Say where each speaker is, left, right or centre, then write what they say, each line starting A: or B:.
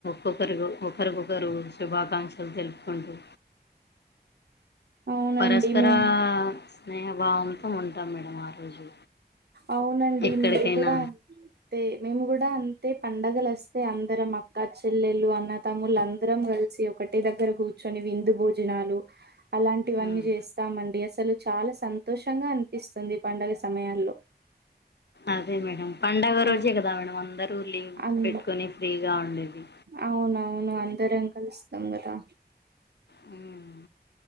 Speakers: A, on the left; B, on the right.
A: ఒక్కొక్కరికి ఒకరికొకరు శుభాకాంక్షలు తెలుపుకుంటు
B: అవునండి
A: పరస్పర
B: మీ
A: స్నేహభావంతో ఉంటాం మేడం ఆ రోజు
B: అవునండి
A: ఎక్కడికైనా
B: మీరు కూడా అంతే మేము కూడా అంతే పండగలు వస్తే అందరం అక్క చెల్లెళలు అన్న తమ్ములు అందరం కలిసి ఒకటే దగ్గర కూర్చొని విందు భోజనాలు అలాంటివన్నీ
A: ఉమ్,
B: చేస్తామండి అసలు చాలా సంతోషంగా అనిపిస్తుంది పండుగ సమయాల్లో
A: అదే మేడం పండుగ రోజే
B: ఆ
A: కదా మేడం అందరు లీవ్
B: అన్
A: పెట్టుకొని ఫ్రీగా ఉండేది
B: అవునవును అందరం కలుస్తాం కదా
A: హ్మ్